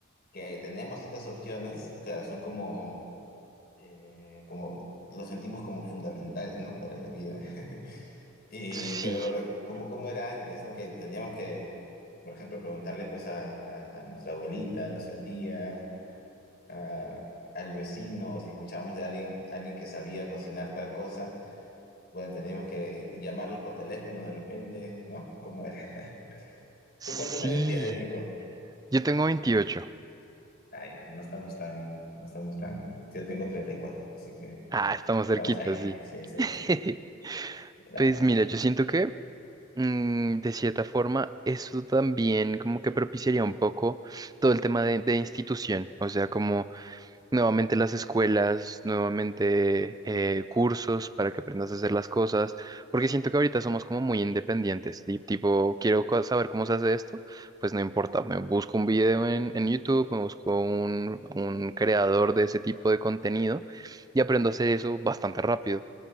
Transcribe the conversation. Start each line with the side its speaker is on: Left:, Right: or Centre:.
Left: que tenemos estas opciones, claro, son como eh, como lo sentimos como fundamental, ¿no? Para la vida. <laughs> Y,
Right: Sí,
Left: pero re- como, como era antes, ¿no? Que teníamos que, por ejemplo, preguntarle pues a, a nuestra abuelita, a nuestra tía, a- al vecino, o si escuchábamos de alguien, alguien que sabía cocinar tal cosa, bueno, teníamos que llamarlos por teléfono de repente, ¿no? ¿Cómo era? <laughs>
Right: sí.
Left: ¿Tú cuántos años tienes, Nico?
Right: Yo tengo veintiocho
Left: Ah, ya, no estamos tan, no estamos tan, yo tengo 34 así que
Right: Ah, estamos
Left: estamos
Right: cerquita,
Left: ahí,
Right: sí.
Left: sí, sí,
Right: <laughs>
Left: sí, claro.
Right: Pues mira, yo siento que Mm, de cierta forma, eso también como que propiciaría un poco todo el tema de, de institución, o sea, como nuevamente las escuelas, nuevamente eh, cursos para que aprendas a hacer las cosas, porque siento que ahorita somos como muy independientes, y tipo, quiero co- saber cómo se hace esto, pues no importa, me busco un video en, en YouTube, me busco un, un creador de ese tipo de contenido y aprendo a hacer eso bastante rápido